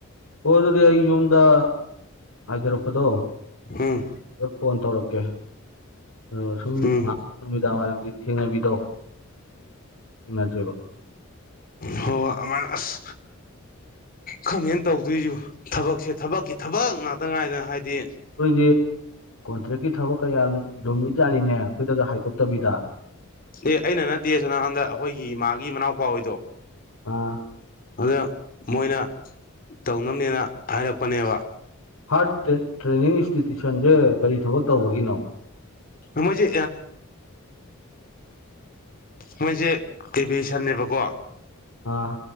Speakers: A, on the left (about 75°); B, on the left (about 45°).
A: ꯍꯣꯏ ꯑꯗꯨꯗꯤ ꯑꯩ ꯌꯨꯝꯗ ꯍꯥꯏꯊꯔꯛꯄꯗꯣ
B: ꯎꯝ
A: ꯑꯗ ꯐꯣꯟ ꯇꯧꯔꯛꯀꯦ ꯑ ꯁꯨꯝ
B: ꯎꯝ
A: ꯉꯥꯏꯍꯥꯛ ꯅꯨꯃꯤꯗꯥꯡ ꯋꯥꯏꯔꯝꯒꯤ ꯊꯦꯡꯅꯕꯤꯗꯣ ꯊꯦꯡꯅꯖꯦꯕ
B: ꯍꯣ ꯑꯃꯥꯏꯅ ꯑꯁ ꯈꯪꯗꯦꯗ ꯇꯧꯗꯣꯏꯁꯤꯕꯨ ꯊꯕꯛꯁꯦ ꯊꯕꯛꯀꯤ ꯊꯕꯛ ꯉꯥꯛꯇ ꯉꯥꯏꯗꯅ ꯍꯥꯏꯗꯤ
A: ꯑꯩꯈꯣꯏꯗꯤ ꯀꯣꯟꯇ꯭ꯔꯦꯛꯀꯤ ꯊꯕꯛ ꯀꯌꯥꯝ ꯂꯨꯝꯃꯤ ꯆꯥꯅꯤꯅꯦ ꯑꯩꯈꯣꯏꯗꯒ ꯍꯥꯏꯗꯣꯛꯇꯕꯤꯗ
B: ꯑꯦ ꯑꯩꯅ ꯅꯠꯇꯦ ꯑꯁꯣꯝꯅꯥꯀꯟꯗ ꯑꯩꯈꯣꯏꯒꯤ ꯏꯃꯥꯒꯤ ꯃꯅꯥꯎꯄꯥ ꯍꯣꯏꯗꯣ
A: ꯑꯥ
B: ꯑꯗ ꯃꯣꯏꯅ ꯇꯧꯅꯕꯅꯦꯅ ꯍꯥꯏꯔꯛꯄꯅꯦꯕ
A: ꯍꯥꯔꯠ ꯇꯦꯠ ꯇ꯭ꯔꯦꯅꯤꯡ ꯏꯟꯁꯇꯤꯇ꯭ꯌꯨꯁꯟꯁꯦ ꯀꯔꯤ ꯊꯕꯛ ꯇꯧꯕꯒꯤꯅꯣ
B: ꯃꯣꯏꯖꯤ ꯃꯣꯏꯁꯦ ꯑꯦꯚꯤꯌꯦꯁꯟꯅꯦꯕꯀꯣ
A: ꯑꯥ